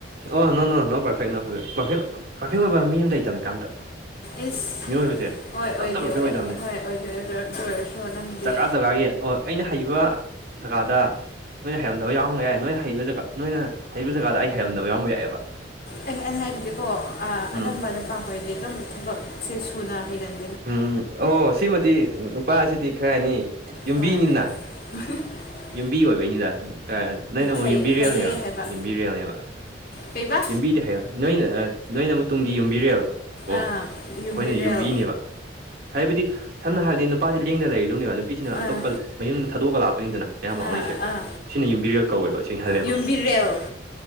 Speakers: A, on the right; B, on the left.
A: ꯑꯣ ꯅꯣ ꯅꯣ ꯅꯣ ꯄꯔꯐꯦꯛ ꯅꯣ ꯄꯔꯐꯦꯛ ꯄꯥꯔꯐꯦꯛ ꯄꯥꯔꯐꯦꯛ ꯑꯣꯏꯕ ꯃꯤ ꯑꯃ ꯂꯩꯇꯕꯅꯦ ꯀꯅꯥꯝꯇ
B: ꯏꯁ
A: ꯃꯤꯑꯣꯏꯕꯁꯦ
B: ꯍꯣꯏ ꯑꯣꯏꯗꯤ
A: ꯑꯝꯇ ꯄ꯭ꯔꯐꯦꯛ
B: ꯑꯣꯏ
A: ꯑꯣꯏꯗꯕꯅꯦ
B: ꯍꯣꯏ ꯑꯣꯏꯗꯤ ꯑꯣꯏ ꯑꯗꯨ ꯑꯣꯏꯔꯁꯨ ꯅꯪꯗꯤ
A: ꯖꯒꯥ ꯖꯒꯥꯒꯤ ꯑꯣ ꯑꯩꯅ ꯍꯩꯕ ꯖꯒꯥꯗ ꯅꯣꯏꯅ ꯍꯩꯔꯝꯗꯕ ꯌꯥꯎꯔꯝꯕ ꯌꯥꯏ ꯅꯣꯏꯅ ꯍꯩꯕ ꯖꯒ ꯅꯣꯏꯅ ꯍꯩꯕ ꯖꯒꯥꯗ ꯑꯩ ꯍꯩꯔꯝꯗꯕ ꯌꯥꯎꯔꯝꯕ ꯌꯥꯏꯌꯦꯕ
B: ꯑꯦ ꯑꯩꯅ ꯍꯥꯏꯕꯗꯤꯀꯣ ꯑꯅꯝꯕ
A: ꯎꯝ
B: ꯅꯨꯄꯥꯈꯣꯏꯗꯤ ꯑꯗꯨꯝ ꯊꯕꯛꯁꯦ ꯁꯨꯅ ꯍꯩꯒꯟ
A: ꯎꯝ ꯑꯣ ꯁꯤꯃꯗꯤ ꯅꯨꯄꯥꯁꯤꯗꯤ ꯈꯔ ꯍꯥꯏꯅꯤ ꯌꯨꯝꯕꯤꯅꯤꯅ
B: ꯍꯣꯏ <unintelligible>
A: ꯌꯨꯝꯕꯤ ꯑꯣꯏꯕꯩꯅꯤꯗ ꯅꯣꯏꯅꯥ ꯑꯃꯨꯛ
B: ꯐꯩ
A: ꯌꯨꯝꯕꯤꯔꯦꯜꯅꯦꯕ
B: ꯐꯩꯌꯦ ꯍꯥꯏꯕ
A: ꯌꯨꯝꯕꯤꯔꯦꯜꯅꯦꯕ
B: ꯀꯩꯕꯥ
A: ꯌꯨꯝꯕꯤꯗꯤ ꯍꯩ <unintelligible> ꯅꯣꯏꯅ ꯅꯣꯏꯅꯃꯨꯛ ꯇꯨꯡꯒꯤ ꯌꯨꯝꯕꯤꯔꯦꯜ ꯀꯣ
B: ꯑꯥ
A: ꯑꯩꯈꯣꯏꯅ
B: ꯌꯨꯝꯕꯤꯔꯦꯜ
A: ꯌꯨꯝꯕꯤꯅꯦꯕ ꯍꯥꯏꯕꯗꯤ ꯁꯝꯅ ꯍꯥꯏꯔꯗꯤ ꯅꯨꯄꯥꯗꯤ ꯂꯦꯡꯗꯅ ꯂꯩꯔꯗꯧꯅꯦꯕ ꯅꯨꯄꯤꯁꯤꯅ ꯑꯇꯣꯞꯄ
B: ꯑꯥ
A: ꯃꯌꯨꯝꯗ ꯊꯥꯗꯣꯛꯑꯒ ꯂꯥꯛꯇꯣꯏꯅꯤꯗꯅ ꯑꯌꯥꯝ ꯂꯥꯛꯅꯔꯤꯁꯦ
B: ꯑꯥ ꯑꯥ
A: ꯑꯁꯤꯅ ꯌꯨꯝꯕꯤ ꯔꯦꯜ ꯀꯧꯋꯦꯕ ꯁꯤ <unintelligible>
B: ꯌꯨꯝꯕꯤꯔꯦꯜ